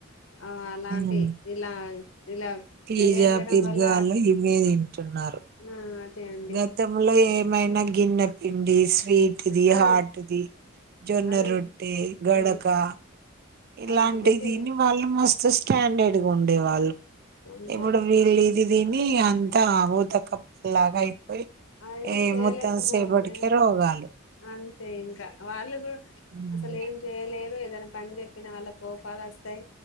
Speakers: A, on the left; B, on the right.
A: ఆ అలాంటి
B: ఉమ్.
A: ఇలా ఇలా
B: పిజ్జా
A: తెలియజేయడం
B: బిర్గాలు
A: వల్ల
B: ఇవే తింటున్నారు
A: ఆ అదే అండి
B: గతంలో ఏ మైనా గిన్నెపిండి స్వీట్ ఇది
A: ఆ
B: హార్ట్ జొన్న
A: అవే
B: రొట్టే గడకా
A: ఆ
B: ఇలా
A: అలాంటివి
B: అంటిది
A: తినే
B: తిని మళ్లీ మా ఫస్ట్ స్టాండర్డ్ ఉండే వాళ్ళు
A: అంతే
B: ఇప్పుడు వీళ్ళ ఇ దీని అంతా ఊత కప్పు లాగా అయిపోయి
A: అ ఏం
B: ఏ
A: చేయలేకపోదు
B: మొత్తం సేపటికే
A: ఏ
B: రోగాలు
A: అంతే ఇంకా వాళ్ళు కూడా
B: ఉమ్.
A: అసలు ఏం చేయలేరు ఏదన్న పని చెప్పిన వాళ్ళకు కోపాలొస్తయ్